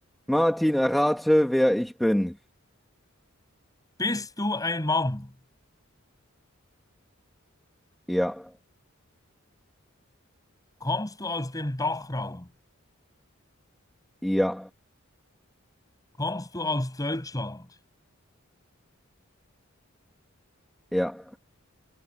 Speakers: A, in the centre; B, on the left.
A: Martin, errate, wer ich bin.
B: Bist du ein Mann?
A: Ja,
B: Kommst du aus dem Dachraum?
A: ja,
B: Kommst du aus Deutschland?
A: ja,